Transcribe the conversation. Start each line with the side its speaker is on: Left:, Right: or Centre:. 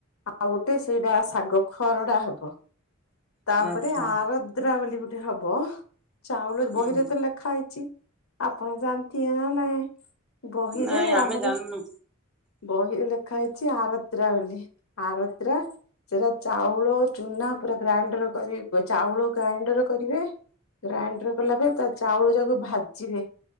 Left: ଆଉ ଗୋଟେ ସେଇଟା ଶାଗ ଖରଡା ହବ। ତାପରେ
Centre: ଆଚ୍ଛା
Left: ଆରଦ୍ରା ବୋଲି ଗୋଟେ ହବ। ଚାଉଳ
Centre: ହୁଁ
Left: ବହିରେ ତ ଲେଖା ହେଇଛି। ଆପଣ ଜାନ୍ତି ଆ ବହିରେ
Centre: ନାଇଁ ଆମେ
Left: ଆମରି
Centre: ଜାଣିନୁ
Left: ବହିରେ ଲେ ଲେଖା ହେଇଛି ଆରତ୍ରା ବୋଲି ଆରତ୍ରା ସେଟା ଚାଉଳ ଚୁନା ପୁରା ଗ୍ରାଇଣ୍ଡର କରି ଚାଉଳ ଗ୍ରାଇଣ୍ଡର କରିବେ। ଗ୍ରାଇଣ୍ଡର କଲା ପରେ ତା ଚାଉଳ ଯାକୁ ଭାଜିବେ।